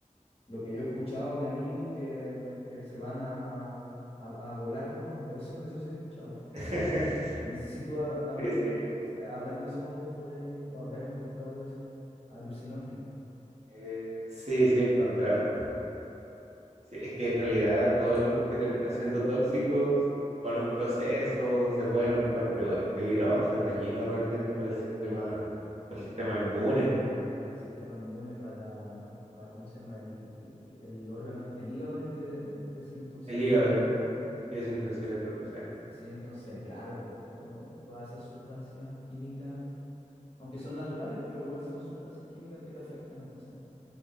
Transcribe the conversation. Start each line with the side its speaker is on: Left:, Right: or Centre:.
Left: Lo que yo he escuchado de amigos que, que se van a, a, a volar con hongo, eso, eso sí he escuchado.
Right: <laughs>
Left: No sé si tú ha- habrás,
Right: Sí, sí,
Left: habrán de esos hongos por ahí ¿eh? o habrás encontrado de eso. Alucinógeno.
Right: eh, sí, sí, he encontrado. Sí, es que en realidad todos los hongos que terminan siendo tóxicos con un proceso se pueden ocupar, pero igual es peligroso, es dañino realmente para el sistema,
Left: Sí,
Right: para
Left: sí,
Right: el sistema
Left: po.
Right: inmune,
Left: Para el sistema inmune, para, para ¿cómo se llama? El, el, el órgano, este, el hígado es el que de- desintoxica
Right: el hígado,
Left: el cuerpo.
Right: el, el que desintoxica el cuerpo, exacto.
Left: Sí, entonces, claro, to- todas esas sustancias químicas, aunque son naturales, pero igual son sustancias químicas que te afectan. Entonces,